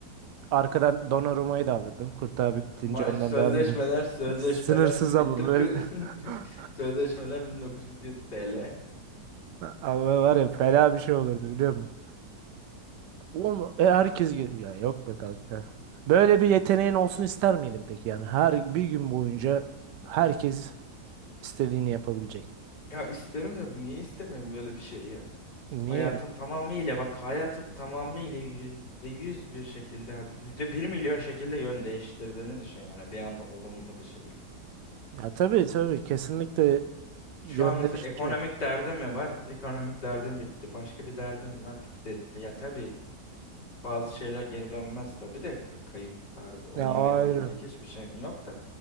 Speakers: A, on the right; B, on the left.
A: Arkadan Donnarumma'yı da alırdım. Kurtağı bitince
B: Maaş,
A: ondan
B: sözleşmeler,
A: devam eder.
B: sözleşmeler
A: <laughs> Sınırsız ama
B: 1900
A: böyle.
B: <laughs>
A: <laughs>
B: sözleşmeler 1907 TL.
A: Ama var ya fena bir şey olurdu biliyor musun? Oğlum e, herkes geliyor. Ya yok be kanka. Böyle bir yeteneğin olsun ister miydin peki? Yani her bir gün boyunca herkes istediğini yapabilecek.
B: Ya isterim de bu niye istemeyeyim böyle bir şeyi ya.
A: Niye?
B: Hayatım tamamıyla bak hayatım tamamıyla yüzde yüz bir şekilde hadi yüzde bir milyon şekilde yön değiştirdiğini düşün yani bir anda olumlu bir şekilde.
A: Ya tabii tabii kesinlikle yönlendirici.
B: Şu an mesela ekonomik derdim mi var? Ekonomik derdim bitti. Başka bir derdim mi var? Bitti etti. Ya tabii Bazı şeyler geri dönmez tabii de e, kayıp tarzı onlara
A: Ya o
B: yapabilecek
A: ayrı.
B: hiçbir şeyin yok da.